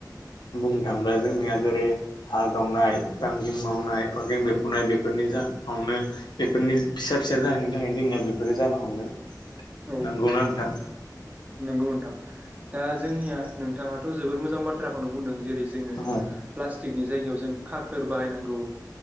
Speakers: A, on the left; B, on the right.
A: बुंनो थाङोब्ला जोंनिया जेरै हा गावनाय बांग्रिं मावनाय अर्गें बेरफ्रुनाय बेफोर बेफोरनि जाावनो बेफोरनि फिसा फिसा जाहोननि थाखायनो जोंनिया बेफोरो जानो हमदों।
B: औ
A: नंगौना नोंथां।
B: नंगौ नोंथां दा जोंनिया नोंथाङाथ' जबोद मोजां बाथ्राखौनो बुंदों जेरै जोङो
A: औ
B: प्लाटिकनि जायगायाव जों खाखोर बाहायनांगौ